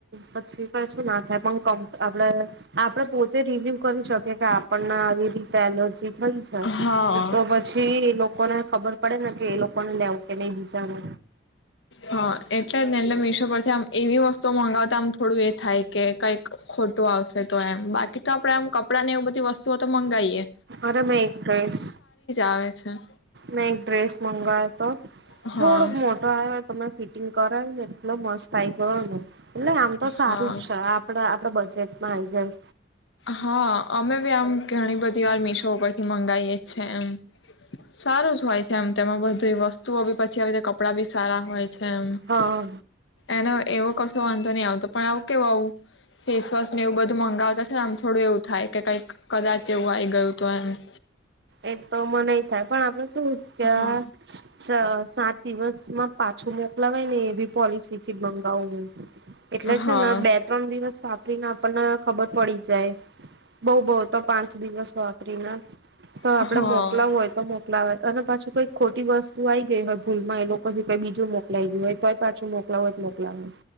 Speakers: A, on the right; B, on the left.
A: પછી કછું ના થાય પણ આપણે આપડે પોતે રિવ્યુ કરી શકીએ કે આપણને આવી રીતે એલર્જી થઈ
B: હા
A: છે તો પછી લોકો લોકોને ખબર પડે ને કે એ લોકોને લેવું કે નહી બીજાને
B: હા એટલે એલે મીશો પરથી આમ એવી વસ્તુઓ મંગાવતા આમ થોડું એ થાય કે કંઈક ખોટું આવશે તો એમ બાકી તો આપણેે આમ કપડાં ને એવું બધી વસ્તુઓ તો મંગાવીએ.
A: અરે મેં એક ડ્રેસ
B: આવે છે
A: મેં એક ડ્રેસ મંગાયો તો
B: હા
A: થોડોક મોટો આવ્યો ત મે ફિટિંગ કરાય ને એટલો મસ્ત આઈ ગયો એટલે આમ તો સારું
B: હા
A: જ છે. આપડે આપડા બજેટમાં આયી જાય.
B: હા અમે બી આમ ઘણી બધી વાર મીશો પર થી મંગાયે છે એમ સારું જ હોય. જેમ તમે બધી વસ્તુઓ બી પછી આવી રીતે કપડાં બી સારા હોય. છે એમ
A: હા
B: એના એવો કશો વાંધો નહીં આવતો પણ આવ કે આવું ફેસ વોશ ને એવું બધું મંગાવ આમ થોડું એવું થાય કે કંઈક કદાચ કેવું આઈ ગયું તો એમ
A: એ તો મન એવું થાય પણ આપણે તો ત્યા
B: હા
A: સ સાત દિવસ માં પાછું મોકલાવે ને એવી પોલિસી થી મંગાવેલુ. એટલે
B: હા
A: છે ને બે ત્રણ દિવસ વાપરી ને આપ આપણ ને ખબર પડી જાય. બો બો તો પાંચ દિવસ વાપરીને તો આપડે
B: હા
A: મોકલાવુ હોય તો મોક મોકલાવાય અને પાછી કઈ ખોટી વસ્તુ આઈ ગઈ હોય ભૂલ માં એ લોકો કઈ બીજું મોકલાઈ ગયું હોય તોય પાછું મોકલાવુ હોય મોકલાવા